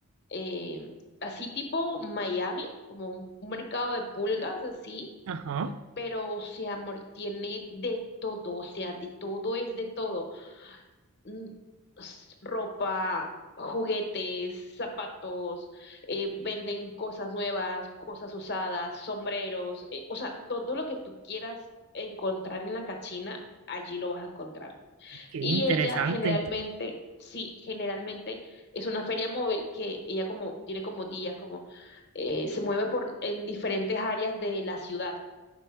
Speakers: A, on the left; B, on the right.
A: eh, así tipo Miami, como un, un mercado de pulgas así,
B: Ajá,
A: pero, o sea, amor, tiene de todo, o sea, de todo es de todo. Mm, s- Ropa, juguetes, zapatos, eh, venden cosas nuevas, cosas usadas, sombreros, eh, o sea, todo lo que tú quieras encontrar en la cachina, allí lo vas a encontrar.
B: qué
A: Y
B: interesante.
A: ella generalmente, sí, generalmente es una feria móvil que ella como tiene como días, como eh, se mueve por en diferentes áreas de la ciudad.